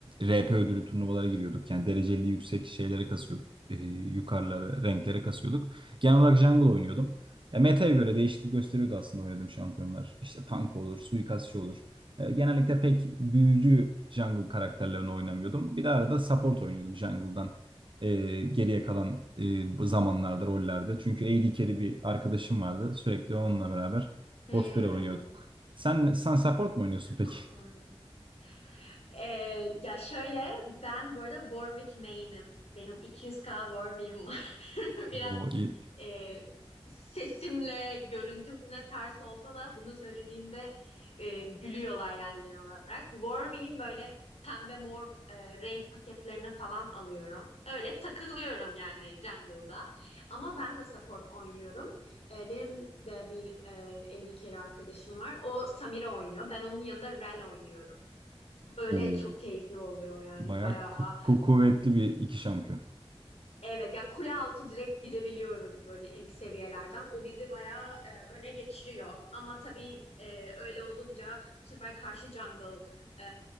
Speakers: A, on the right; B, on the left.
A: RP ödülü turnuvalara giriyorduk. Yani dereceli yüksek şeylere kasıyorduk. E, yukarılara, renklere kasıyorduk. Genel olarak jungle oynuyordum.
B: Hı hı.
A: E, meta'ya göre değişiklik gösteriyordu aslında oynadığım şampiyonlar. İşte tank olur, suikastçı olur. E, Genellikle pek büyücü jungle karakterlerini oynamıyordum. Bir de arada support oynuyordum jungle'dan e, geriye kalan e, bu zamanlarda rollerde. Çünkü A D carry bir arkadaşım vardı. Sürekli onunla beraber
B: Hmm.
A: bot pire oynuyorduk. Sen sen support mu oynuyorsun peki?
B: Aa. Ee, ya şöyle ben bu arada Warwick Maine'im. Benim 200k Warwick'im var. <laughs> Biraz
A: Oo, iyi.
B: e, sesimle, görüntümle ters olsa da bunu söylediğimde e, gülüyorlar yani genel olarak. Warwick'in böyle pembe mor e, renk paketlerini falan alıyorum. Öyle takılıyorum yani jungle'da. Ama ben de support oynuyorum. E, benim de bir e, AD carry arkadaşım var. O Samira oynuyor. Ben onun yanında Rell oynuyorum. Öyle
A: Oo,
B: çok keyifli oluyor yani
A: bayağı
B: bayağı.
A: ku- ku- kuvvetli bir iki şampiyon.
B: Evet ya kule altı direkt girebiliyoruz böyle ilk seviyelerden. O bizi bayağı e, öne geçiriyor. Ama tabii e, öyle olunca bu sefer karşı jungle e,